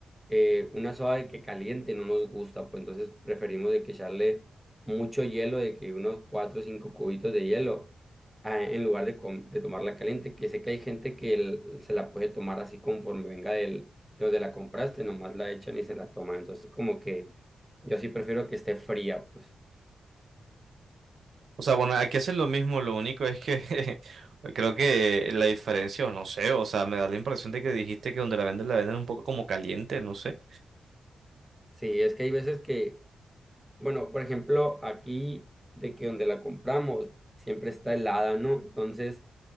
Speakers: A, in the centre; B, on the right (about 65°).
A: eh, una soda de que caliente no nos gusta, pues entonces preferimos de que echarle mucho hielo, de que unos cuatro o cinco cubitos de hielo ah, en lugar de, com- de tomarla caliente, que sé que hay gente que el- se la puede tomar así conforme venga del, de donde la compraste, nomás la echan y se la toman. Entonces como que yo sí prefiero que esté fría, pues.
B: O sea, bueno, aquí hacen lo mismo, lo único es que <laughs> creo que la diferencia, o no sé, o sea, me da la impresión de que dijiste que donde la venden, la venden un poco como caliente, no sé.
A: Sí, es que hay veces que, bueno, por ejemplo, aquí de que donde la compramos siempre está helada, ¿no? Entonces